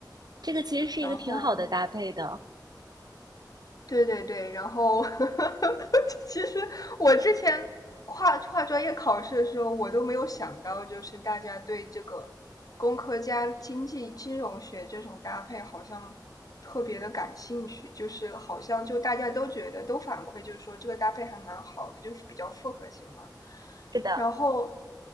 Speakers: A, on the right (about 65°); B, on the left (about 55°).
A: 这个其实是一个挺好的搭配的。
B: 然后对对对，然后 <laughs> 其实我之前跨跨专业考试的时候，我都没有想到，就是大家对这个工科加经济金融学这种搭配好像特别的感兴趣，就是好像就大家都觉得都反馈，就是说这个搭配还蛮好的，就是比较复合型嘛。
A: 是的，
B: 然后